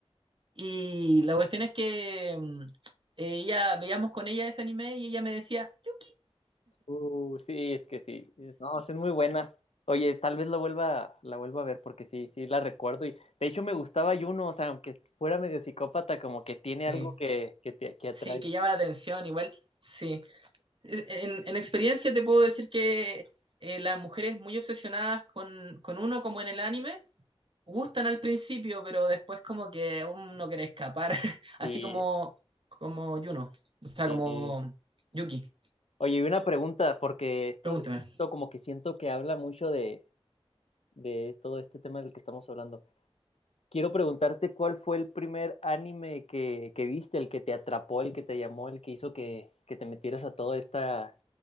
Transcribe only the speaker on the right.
Y la cuestión es que mm, eh, ella, veíamos con ella ese anime y ella me decía, Yuki.
Sí,
sí,
que llama la atención, igual, sí. En, en experiencia te puedo decir que eh, las mujeres muy obsesionadas con, con uno como en el anime, gustan al principio, pero después como que uno quiere escapar, <laughs> así
como, como Yuno, o sea,
como Yuki,
pregúnteme.